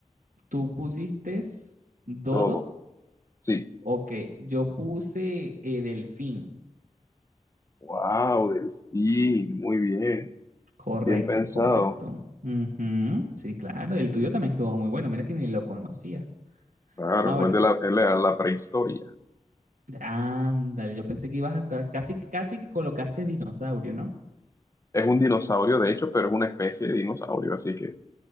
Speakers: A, on the right; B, on the left.
A: Tú pusiste dodo,
B: dodo, sí.
A: ok, yo puse eh, delfín,
B: Wow, delfín, muy bien,
A: correcto,
B: bien pensado.
A: correcto. Ujú, Sí, claro, el tuyo también estuvo muy bueno, mira que ni lo conocía.
B: Claro,
A: Ahora.
B: fue de la, es la la prehistoria.
A: Ándale, yo pensé que ibas a ca- casi, que- casi que colocaste dinosaurio, ¿no?
B: Es un dinosaurio, de hecho, pero es una especie de dinosaurio, así que